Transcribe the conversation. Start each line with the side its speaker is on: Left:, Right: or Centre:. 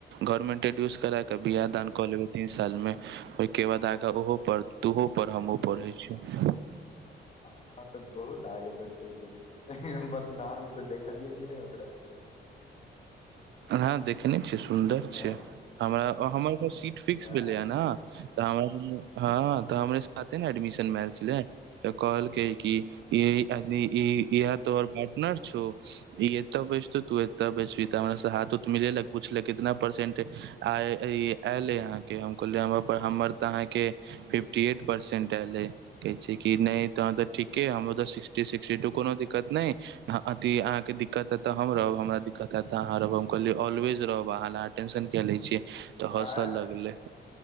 Right: घर मे एटंरडयुज करा विबाह दान कऽ लेबै तीन सालमे ओहिके बाद आग ओहो पढ़ तोहो पढ़ हमहुँ पढ़ै छी
Left: हँ तऽ बहुत आगे तक सोचलै छियै बस नामे से देखलियै की नहि ओकरा
Right: ह देखने छियै सुन्दर छै
Left: आँ
Right: हमरा हमर सीट फिक्स
Left: नहि
Right: भेलै ह न तऽ हमरा हँ तऽ हमरे साथे ने एडमिशन भेल छलै त कहलकै की येअ ई इहा तोहर पार्टनर छौ इ एतऽ बैसतौ तू एत बैसबी त हमरा हाथ उथ मिलेलक पुछलक केतना परसेन्ट आ ई आएल तँ अहाँ के हन कहलियै हमर हमर तऽ अहाँके फिफ्टी ऐट परसेंट एयलै कहै छै कि नहि तह तऽ ठीके हमर तऽ सिक्सटी सिक्सटी टू कोनो दिक्कत नहि ह अी अहाँके दिक्कत हेतऽ हम रहब हमरा दिक्कत हेत त अहाँ रहब रहब हम कहल ऑलवेज रहब अहाँ ल टेंशन किया लै छियै तऽ
Left: ह
Right: हँसऽ लगलै